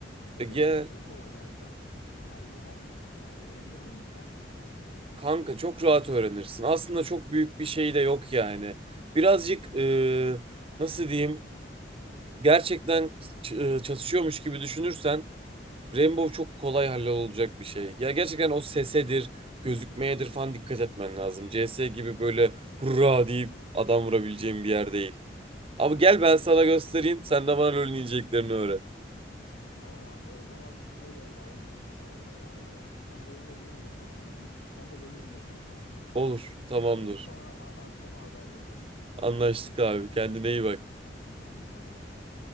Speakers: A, on the left; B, on the right.
A: Ne
B: E
A: diyorsun
B: Gel
A: ya Rainbow'a gelsem halleder miyiz ya? Öğrenebilir miyim bu saatten sonra yani?
B: kanka çok rahat öğrenirsin. Aslında çok büyük bir şey de yok yani. Birazcık e, nasıl diyeyim gerçekten ç- e, çatışıyormuş gibi düşünürsen Rainbow çok kolay hallolacak bir şey. Ya gerçekten o sesedir, gözükmeyedir falan dikkat etmen lazım. CS gibi böyle hurra deyip adam vurabileceğin bir yer değil. Ama
A: Aynen
B: gel
A: öyleymiş.
B: ben sana göstereyim,
A: işte.
B: sen de bana LoL'ün ineceklerini öğret.
A: Tamam abi o zaman şöyle yapalım. Ee, ben Rainbow'u indirmeye koyayım. Sen de LoL'ü indirmeye koy.
B: Olur, tamamdır.
A: Ee, sonra a- akşama haberleşelim.
B: Anlaştık abi. Kendine iyi bak.
A: Sen de kendine iyi bak.